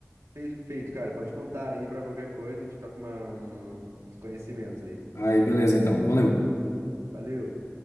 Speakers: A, on the right; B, on the left.
A: Fe- Feito, cara. Pode contar aí pra qualquer coisa. A gente toca uma, uma- uns conhecimentos aí.
B: Aí, beleza, então. Valeu.
A: Valeu.